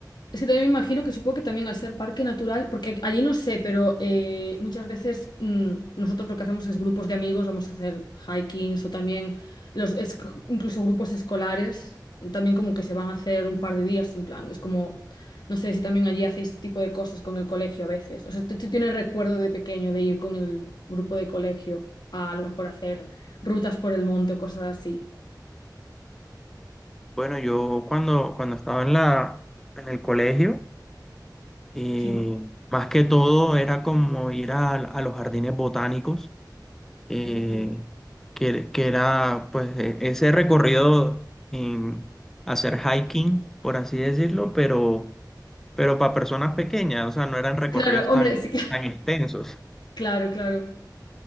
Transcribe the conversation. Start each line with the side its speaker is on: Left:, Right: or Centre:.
Left: Es que también me imagino que supongo que también al ser parque natural, porque allí no sé, pero eh, muchas veces mm, nosotros lo que hacemos es grupos de amigos, vamos a hacer hikings o también los es- incluso grupos escolares, también como que se van a hacer un par de días en plan, es como, no sé si también allí hacéis este tipo de cosas con el colegio a veces. O sea, ¿tú, tú tienes recuerdo de pequeño de ir con el grupo de colegio a, a lo mejor hacer rutas por el monte o cosas así?
Centre: Bueno, yo cuando, cuando estaba en la, en el colegio, eh,
Left: Sí.
Centre: más que todo era como ir a, a los jardines botánicos eh,
Left: Mm.
Centre: que, que era pues e- ese recorrido en hacer hiking, por así decirlo, pero, pero para personas pequeñas, o sea, no eran recorridos
Left: Claro, hombre,
Centre: tan,
Left: sí que... <laughs>
Centre: tan extensos.
Left: Claro, claro.